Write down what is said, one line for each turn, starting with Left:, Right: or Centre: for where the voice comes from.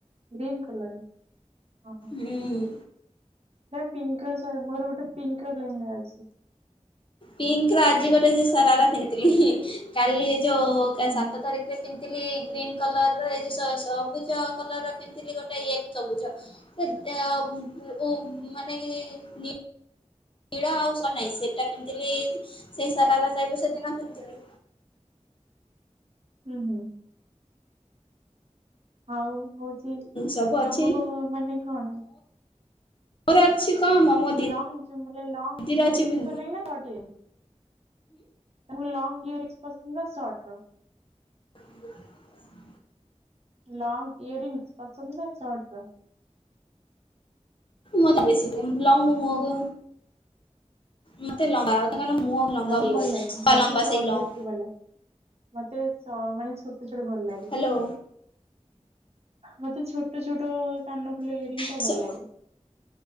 Right: ଗ୍ରୀନ୍ କଲର ହଁ ହଁ।
Left: ହୁଁ।
Right: ପୁରା ପିଙ୍କର ସେ ମୋର ଗୋଟେ ପିଙ୍କର ଲେହେଙ୍ଗା ଅଛି।
Left: ପିଙ୍କର ଆଜି ଗୋଟେ ସେ ସାରାରା ପିନ୍ତିତିଲି କାଲି ଏ ଯୋଉ କା
Right: ହୁଁ
Left: ସାତ
Right: ହୁଁ
Left: ତାରିଖ୍ <unintelligible> ପିନ୍ଧିଥିଲି ଗ୍ରୀନ କଲର ଏ ଯୋଉ ସ ସବୁଜ କଲରର ପିନ୍ଧିଥିଲି ଗୋଟେ <unintelligible> ସବୁଜ। ସେ ଅ ବୁ ଉ ମାନେ କିଛି ନି ନୀଳି ଆଉ <unintelligible> ନାହିଁ ସେଟା ପିନ୍ତିତିଲି ସେଇ ସାରାରା ଟାଇପର ସେଦିନ ପିନ୍ଧିଥିଲି।
Right: ହୁଁ ହୁଁ। ଆଉ ହଉଛି
Left: ସବୁ ଅଛି
Right: ତମକୁ ମାନେ କଣ
Left: ମୋର ଅଛି କମ ମୋ
Right: ଲଙ୍ଗ ଯଉ ମାନେ ଲଙ୍ଗ
Left: ଦିଦିର
Right: ଇଅରିଙ୍ଗସ
Left: ଅଛି ହୁଁ
Right: ଭଲ ଲାଗେ ନା ସର୍ଟ ଇଅରିଙ୍ଗସ? ତମକୁ ଲଙ୍ଗ ଇୟରିଙ୍ଗସ ପସନ୍ଦ ନା ସର୍ଟର?
Left: <unintelligible>
Right: ଲଙ୍ଗ ଇୟରିଙ୍ଗସ ପସନ୍ଦ ନା ସର୍ଟର?
Left: ମତେ ବେଶୀ ଲଙ୍ଗ ମୋ ମୁହଁକୁ ମତେ ଲମ୍ବା ମାନେ ମୁହଁ ଲମ୍ବା
Right: ଲଙ୍ଗ ଭଲ ଲାଗେ ମତେ
Left: ଲମ୍ବା
Right: ସର୍ଟ
Left: ସେଇ ଲଙ୍ଗ
Right: ବେଶୀ ଭଲ ମତେ ସ ମାନେ ଛୋଟ ଛୋଟ ଭଲ ଲା
Left: ହ୍ୟାଲୋ।
Right: ମତେ ଛୋଟ ଛୋଟ କାନଫୁଲ ଇୟରିଙ୍ଗଟା
Left: ହୁଁ
Right: ଭଲ ଲାଗେ।